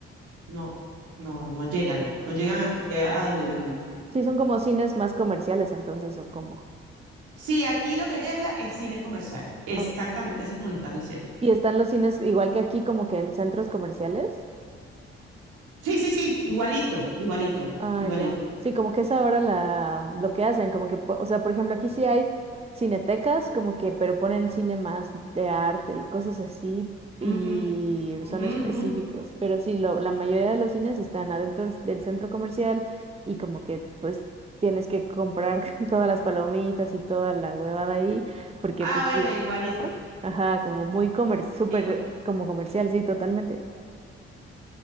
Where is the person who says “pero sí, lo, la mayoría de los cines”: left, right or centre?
Right